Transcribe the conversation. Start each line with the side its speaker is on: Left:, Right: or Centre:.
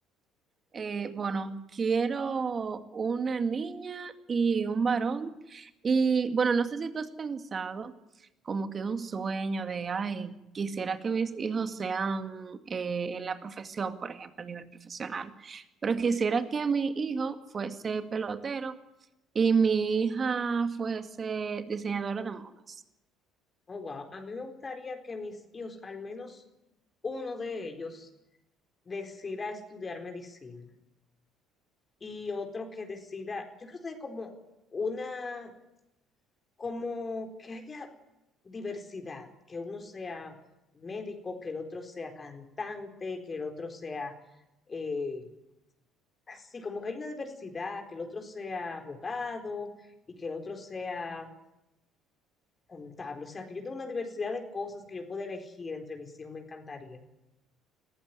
Right: Eh, bueno, quiero una niña y un varón. Y bueno, no sé si tú has pensado como que un sueño de, ay, quisiera que mis hijos sean eh, en la profesión, por ejemplo, a nivel profesional, pero quisiera que mi hijo fuese pelotero y mi hija fuese diseñadora de modas.
Left: Oh, wow. A mí me gustaría que mis hijos, al menos uno de ellos, decida estudiar medicina y otro que decida, yo creo que es como una, como que haya diversidad, que uno sea médico, que el otro sea cantante, que el otro sea eh, así, como que hay una diversidad, que el otro sea abogado y que el otro sea contable. O sea, que yo tengo una diversidad de cosas que yo puedo elegir entre mis hijos, me encantaría.